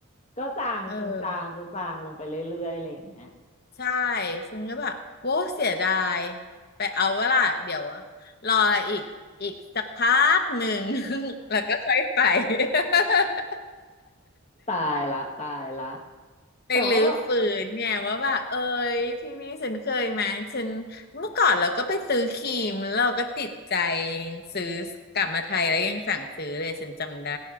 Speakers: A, on the left; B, on the left.
A: ก็จางจางๆ
B: เออ
A: จางๆลงไปเรื่อยๆอะไรอย่างเงี้ย
B: ใช่ฉันก็แบบโว้เสียดายไปเอาเวล่ะเดี๋ยวรออีกอีกสักพักหนึ่ง <laughs> แล้วก็ค่อยไป <laughs>
A: <laughs> ตายละตายละ
B: ไปรื้อฟื้นเนี่ยว่าแบบเอ้ยที่นี่ฉันเคยมาฉันเมื่อก่อนเราก็ไปซื้อครีมแล้วเราก็ติดใจยังซื้อกลับมาไทยแล้วยังสั่งซื้อเลยฉันจำได้
A: แต่ว่า